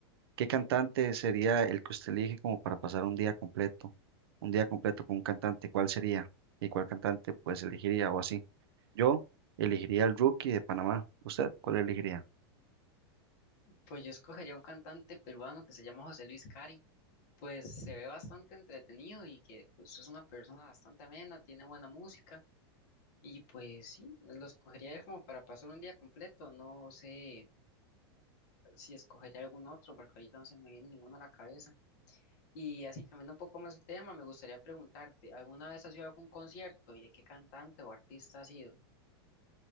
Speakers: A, on the right; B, on the left.
A: ¿Qué cantante sería el que usted elige como para pasar un día completo? Un día completo con un cantante, ¿cuál sería? ¿Y cuál cantante pues elegiría o así? Yo elegiría el Rookie de Panamá. ¿Usted cuál elegiría?
B: Pues yo <laughs> escogería un cantante peruano que se llama José Luis Cari. Pues se ve bastante entretenido y que pues, es una persona bastante amena, tiene buena música y pues sí, lo escogería como para pasar un día completo. No sé si escogería algún otro porque ahorita no se me viene ninguno a la cabeza. Y así, cambiando un poco más el tema, me gustaría preguntarte, ¿alguna vez has ido a algún concierto y de qué cantante o artista has sido?